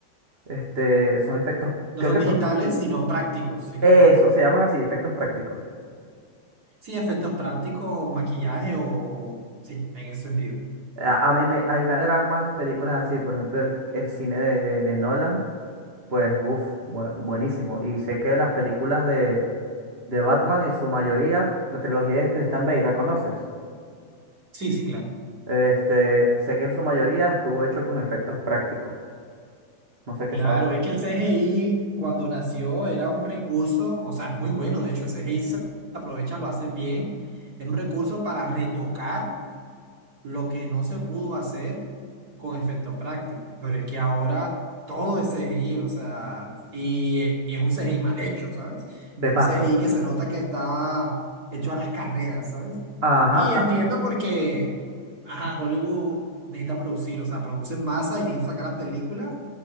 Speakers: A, on the right; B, on the right.
A: este, son efectos,
B: No
A: creo
B: son
A: que
B: digitales,
A: son,
B: sino prácticos, sí.
A: eso, se llaman así, efectos prácticos.
B: Sí, efectos prácticos, maquillaje o... Sí, en ese sentido.
A: A, a mí, me, a mí me agradan más las películas así, por ejemplo, el, el cine de, de, de Nolan, pues, buf, bu- buenísimo. Y sé que las películas de, de Batman en su mayoría, la trilogía de Christian Bale, ¿la conoces?
B: Sí, sí, claro.
A: Este, sé que en su mayoría estuvo hecho con efectos prácticos. No sé qué
B: Claro,
A: sabes tú.
B: es que el CGI cuando nació era un recurso, o sea, muy bueno, de hecho, el CGI se aprovecha, lo hacen bien, era un recurso para retocar lo que no se pudo hacer con efecto práctico, pero es que ahora todo es CGI, o sea, y, eh, y es un CGI mal hecho, ¿sabes?
A: De
B: Es
A: paso.
B: un CGI que se nota que está hecho a las carreras, ¿sabes?
A: Ajá.
B: Y entiendo
A: as-
B: porque, ajá, Hollywood necesita producir, o sea, produce en masa y necesita sacar las películas